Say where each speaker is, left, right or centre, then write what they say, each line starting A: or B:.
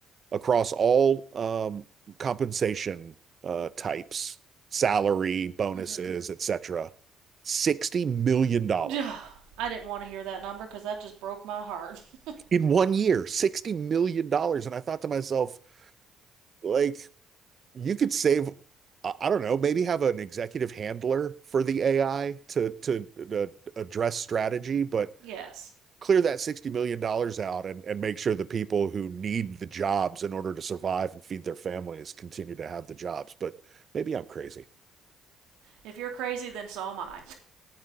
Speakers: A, on the right; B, on the right.
A: across all um, compensation uh, types, salary, bonuses,
B: Mm-hmm.
A: etc. $60 million.
B: <sighs>
A: dollars.
B: I didn't want to hear that number because that just broke my heart. <laughs>
A: in one year, $60 million. dollars. And I thought to myself, like, you could save, I don't know, maybe have an executive handler for the AI to to, to address strategy, but
B: Yes.
A: clear that $60 million dollars out and, and make sure the people who need the jobs in order to survive and feed their families continue to have the jobs. But maybe I'm crazy.
B: If you're crazy, then so am I.